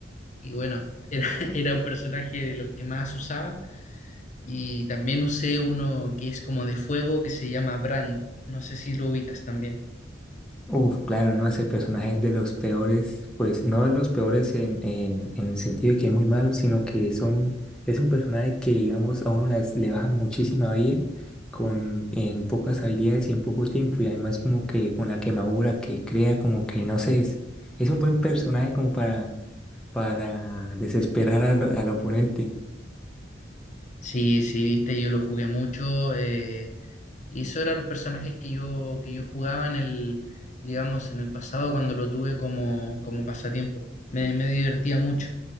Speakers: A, on the left; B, in the centre.
A: y bueno, era, <laughs> era un personaje de los que más usaba y también usé uno que es como de fuego que se llama Brand, no sé si lo ubicas también.
B: Uf, claro, no, ese personaje es de los peores, pues no de los peores en, en, en el sentido de que es muy malo, sino que son, es un personaje que, digamos, a uno las, le baja muchísima vida con, en pocas habilidades y en poco tiempo, y además como que con la quemadura que crea, como que, no sé, es, es un buen personaje como para, para desesperar al, al oponente.
A: Sí, sí, viste, yo lo jugué mucho, eh, Y eso eran los personajes que yo, que yo jugaba en el, digamos, en el pasado cuando lo tuve como, como pasatiempo. Me, me divertía mucho,